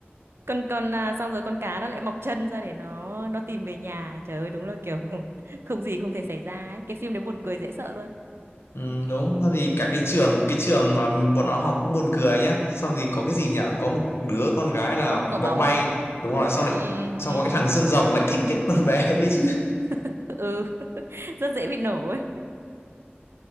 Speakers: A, on the right (about 75°); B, on the left (about 80°).
A: con con à, xong rồi con cá nó lại mọc chân ra để nó nó tìm về nhà trời ơi đúng là kiểu <laughs> không gì không thể xảy ra ấy cái phim đấy buồn cười dễ sợ luôn
B: <laughs> ừ, đúng sau thì cả cái trường
A: ừ.
B: cái trường mà bọn nó học cũng buồn cười nhá xong thì có cái gì nhở có một đứa con gái là
A: có một quả
B: bóng
A: bóng
B: bay đúng rồi xong lại
A: ừ,
B: xong
A: ừ.
B: có cái thằng xương rồng lại thích cái con bé đấy chứ
A: <laughs> ừ rất dễ bị nổ ấy